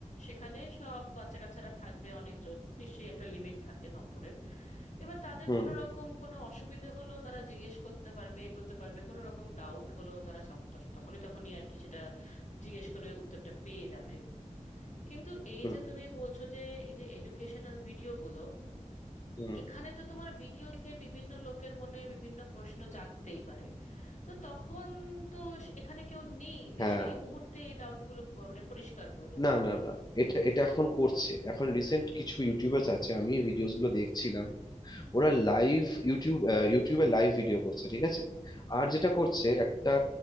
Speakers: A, on the left; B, on the left.
A: সেখানে সব বাচ্চা কাচ্চারা থাকবে অনেকজন নিশ্চয়ই একটা লিমিট থাকে নম্বরের এবার তাদের
B: হুম
A: কোনো রকম কোনো অসুবিধে হলো তারা জিজ্ঞেস করতে পারবে এ করতে পারবে কোনো রকম ডাউট হলো তারা সক- তস- তখনই তখনই আর কি সেটা জিজ্ঞেস করে উত্তরটা পেয়ে যাবে কিন্তু এই
B: হুম
A: যে তুমি বলছো যে এই যে এডুকেশনাল ভিডিওগুলো
B: হুম
A: এখানে তো তোমার ভিডিও দেখে বিভিন্ন লোকের মনে বিভিন্ন প্রশ্ন জাগতেই পারে তো তখন তো সে- এখানে কেউ নেই যে
B: হ্যাঁ
A: সেই মুহূর্তে এই ডাউটগুলো মানে পরিষ্কার করে দেবে
B: না না না এটা এটা এখন করছে এখন রিসেন্ট কিছু ইউটিউবার্স আছে আমি ভিডিওস গুলো দেখছিলাম ওরা লাইভ ইউটিউব ইউটিউবে লাইভ ভিডিও করছে ঠিক আছে আর
A: আচ্ছা
B: যেটা করছে একটা